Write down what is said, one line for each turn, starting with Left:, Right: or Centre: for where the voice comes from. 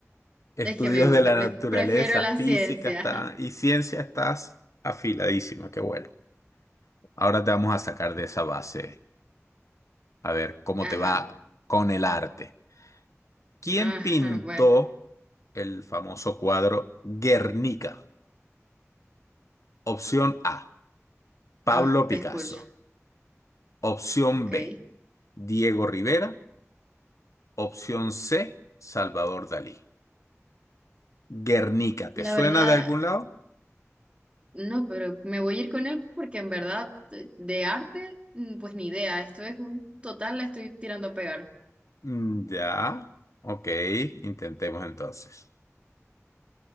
Left: estudios
Right: Es que me gusta,
Left: de la
Right: pref-
Left: naturaleza,
Right: prefiero la
Left: física
Right: ciencia.
Left: está, y ciencia estás afiladísima. Qué bueno. Ahora te vamos a sacar de esa base. A ver cómo
Right: <laughs> Ajá,
Left: te va
Right: bu-
Left: con el arte. ¿Quién
Right: ajá,
Left: pintó
Right: bueno,
Left: el famoso cuadro Guernica? Opción A, Pablo
Right: ah, te
Left: Picasso.
Right: escucho,
Left: Opción
Right: ok.
Left: B, Diego Rivera. Opción C, Salvador Dalí. Guernica, ¿te
Right: La
Left: suena
Right: verdad,
Left: de algún lado?
Right: no, pero me voy a ir con él porque en verdad de de arte, mm, pues ni idea, esto es un total, la estoy tirando a pegar.
Left: Mm, Ya. Ok, intentemos entonces.